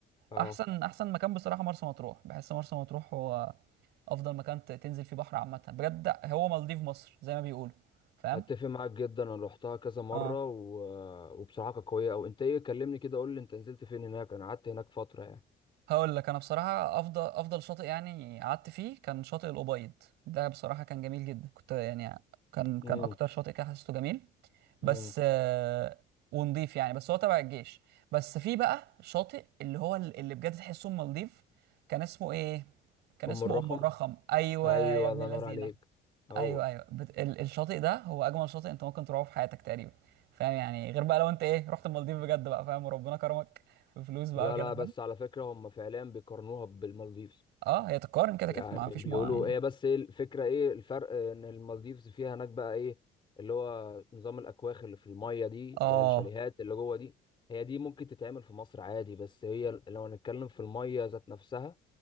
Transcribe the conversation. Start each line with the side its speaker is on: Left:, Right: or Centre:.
Left: اه
Right: احسن احسن مكان بصراحه مرسى مطروح بحس مرسى مطروح هو افضل مكان ت- تنزل فيه بحر عامه بجد هو مالديف مصر زي ما بيقولوا فاهم
Left: اتفق معاك جدا انا روحتها كذا مره
Right: اه
Left: و... آه، وبصراحه كانت قويه او انت ايه كلمني كده قول لي انت نزلت فين هناك انا قعدت هناك فتره يعني
Right: هقول لك انا بصراحه افضل افضل شاطئ يعني قعدت فيه كان شاطئ الابيض ده بصراحه كان جميل جدا كنت يعني كان كان
Left: امم
Right: اكتر شاطئ كده حسيته جميل بس
Left: امم
Right: آه، ونضيف يعني بس هو تبع الجيش بس في بقى شاطئ اللي هو ال- اللي بجد تحسه ام مالديف كان اسمه ايه كان
Left: ام
Right: اسمه
Left: الرخم
Right: ام الرخم ايوه
Left: ايوه
Right: يا ابن
Left: الله
Right: اللذينه
Left: ينور عليك هو
Right: ايوه ايوه بت... ال- الشاطئ ده هو اجمل شاطئ انت ممكن تروحه في حياتك تقريبا فاهم يعني غير بقى لو انت ايه رحت المالديف بجد بقى فاهم وربنا كرمك بفلوس بقى
Left: لا
Right: وكده
Left: لا بس على فكره هم فعليا بيقارنوها بالمالديفز
Right: اه هي تتقارن كده
Left: يعني
Right: كده ما فيش
Left: بيقولوا
Right: مو يعني
Left: هي بس ايه الفكرة ايه الفرق ان المالديفز فيها هناك بقى ايه اللي هو نظام الاكواخ اللي في المية دي
Right: اه
Left: اللي هي الشاليهات اللي جوه دي هي دي ممكن تتعمل في مصر عادي بس هي لو هنتكلم في المية ذات نفسها